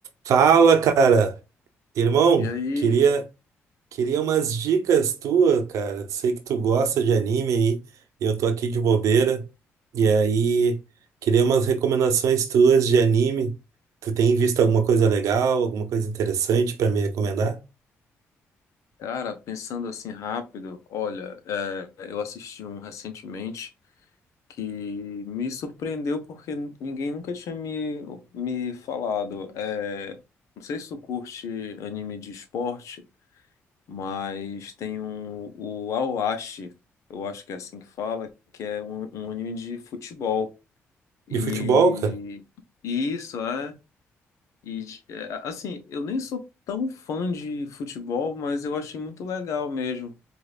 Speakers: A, on the right (about 75°); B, on the left (about 70°).
A: Fala, cara. Irmão,
B: E aí,
A: queria queria umas dicas tuas, cara. Sei que tu gosta de anime aí. e Eu tô aqui de bobeira. E aí, queria umas recomendações tuas de anime. Tu tem visto alguma coisa legal, alguma coisa interessante pra me recomendar?
B: cara, pensando assim rápido, olha, é, eu assisti um recentemente que me surpreendeu porque ninguém nunca tinha me, me falado. É, não sei se tu curte anime de esporte, mas tem um, o Aoashi, eu acho que é assim que fala, que é um, um anime de futebol. E,
A: De futebol, cara? <laughs>
B: e isso, é. E, de- é, assim, eu nem sou tão fã de futebol, mas eu achei muito legal mesmo.